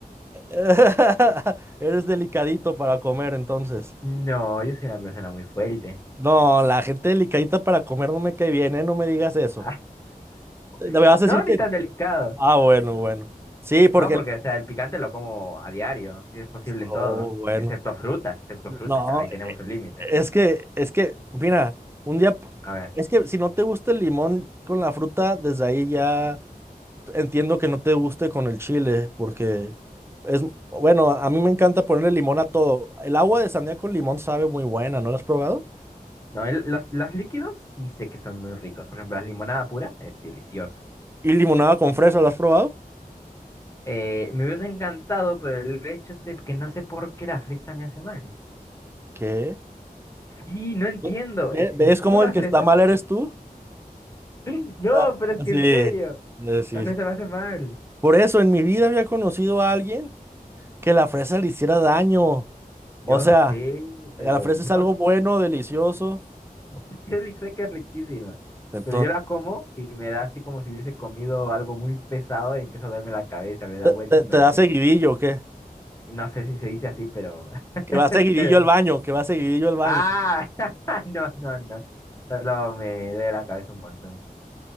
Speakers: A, on the right; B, on the left.
A: <laughs> Eres delicadito para comer, entonces.
B: Sí. No, yo soy una persona muy fuerte.
A: No, la gente delicadita para comer no me cae bien, ¿eh? No me digas eso.
B: Ah,
A: Eh, Me
B: <laughs>
A: vas a
B: no,
A: decir
B: ni
A: que...
B: tan delicado.
A: Ah, bueno, bueno. Sí, porque...
B: No, porque
A: el-
B: o sea, el picante lo como a diario, si es posible en
A: Oh,
B: todo,
A: bueno.
B: excepto frutas, excepto
A: No.
B: frutas, claro, ahí tenemos un límite.
A: Es que, es que, mira, un día, p-
B: A ver,
A: es que si no te gusta el limón con la fruta, desde ahí ya entiendo que no te guste con el chile, porque es, bueno, a mí me encanta ponerle limón a todo. El agua de sandía con limón sabe muy buena, ¿no la has probado?
B: no, el- los, los líquidos sí sé que son muy ricos. Por ejemplo, la limonada pura es deliciosa.
A: Y limonada con fresa, ¿la has probado?
B: Eh, me hubiese encantado, pero el hecho es de que no sé por qué la fresa me hace mal.
A: ¿Qué?
B: Sí, no entiendo.
A: Ve- ve-
B: eh,
A: ¿Ves
B: eh, ¿Cómo
A: cómo
B: una
A: el que
B: fresa?
A: está mal eres tú?
B: <gasps> No,
A: Ah,
B: pero es que
A: sí,
B: en
A: eh,
B: serio,
A: sí.
B: la fresa me hace mal.
A: Por eso en mi vida había conocido a alguien que la fresa le hiciera daño.
B: Yo
A: O sea...
B: sé,
A: La
B: pero
A: fresa
B: no
A: es algo
B: sé,
A: bueno, delicioso.
B: <laughs> sé que es riquísima.
A: Entonces,
B: Pero yo la como y me da así como si hubiese comido algo muy pesado y empieza a darme la cabeza, me da
A: te,
B: vueltas y
A: te
B: lo
A: da
B: vomito.
A: seguidillo, o ¿qué?
B: No sé si se dice así, pero...
A: Que va seguidillo
B: <laughs> pero...
A: al
B: no.
A: baño, que va seguidillo al baño.
B: Ah, <laughs> no, no, no. Solo me duele la cabeza un montón.